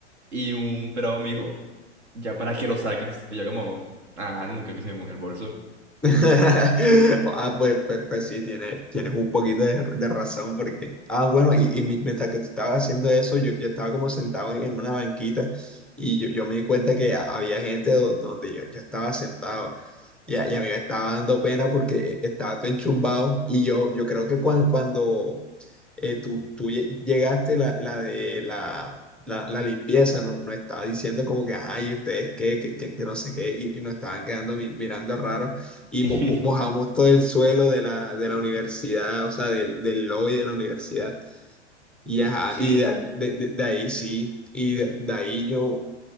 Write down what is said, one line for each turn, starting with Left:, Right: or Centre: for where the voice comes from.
Right: Y un pelado me dijo, ¿ya para qué lo sacas? Y yo, como, ah, no creo que se me moje el bolso.
Centre: <laughs> Ah, pues, pues, pues sí, tienes, tienes un poquito de, de razón porque, ah, bueno, y, y mi- mientras que tú estabas haciendo eso, yo, yo estaba como sentado en, en una banquita y yo, yo me di cuenta que ha- había gente do- donde yo, yo estaba sentado y a, y a mí me estaba dando pena porque estaba todo enchumbado y yo, yo creo que cuan- cuando, eh, tú, tú lle- llegaste, la, la de la, la, la limpieza, ¿no? Nos estaba diciendo como que, ay, ¿ustedes qué? Que, que, que no sé qué, y, y nos estaban quedando mi- mirando raro. Y
Right: <laughs>
Centre: mo- mo- mojamos todo el suelo de la, de la universidad, o sea, del, del lobby de la universidad. Y, ajá,
Right: Sí.
Centre: y de, de- de- de ahí sí, y de, de ahí yo